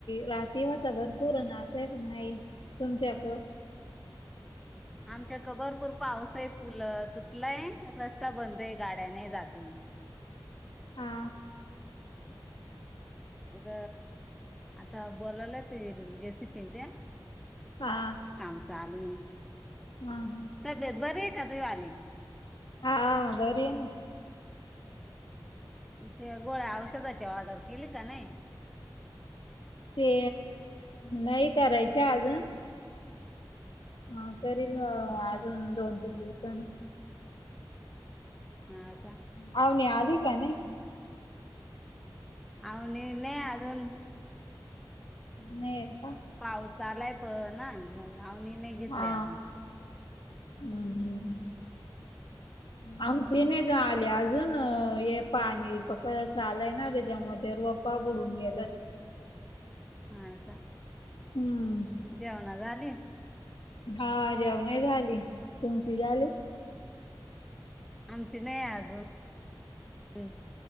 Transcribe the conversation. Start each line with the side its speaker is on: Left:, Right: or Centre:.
Left: रात्री होता भरपूर अन आता पण आहे. तुमच्याक
Centre: आमच्या इकड भरपूर पाऊस आहे पुल तुटलाय रस्ता बंद आहे गाड्या नाय जात हाय.
Left: हा.
Centre: इथ आता बोलवलाय ते जेसिपी <unintelligible>
Left: हा.
Centre: काम चालू आहे.
Left: हा हा.
Centre: तब्येत बरी का तू आली
Left: हा बरी आहे ना.
Centre: ते गोळ्या औषधाची ऑर्डर केली का नाही?
Left: ते नाही करायचीय अजून हा करीन अह अजून दोन तीन दिवसानी
Centre: हा का
Left: पाव्हणी आली का नाही?
Centre: आहो नाय नाही अजून
Left: नाही. का
Centre: पाऊसा आलाय प ना मग आम्ही नाय घेतली
Left: हा
Centre: आज मग
Left: <unintelligible> आमचे नाहीचं आले अजून अं हे पाणी पक चालंय ना त्याच्यामध्ये रोप पा बुडून गेल्यात.
Centre: हा का.
Left: ह्म्म्म
Centre: जेवणा झाली
Left: हा जेवणं झाली तुमची झाली
Centre: आमची नाही अजून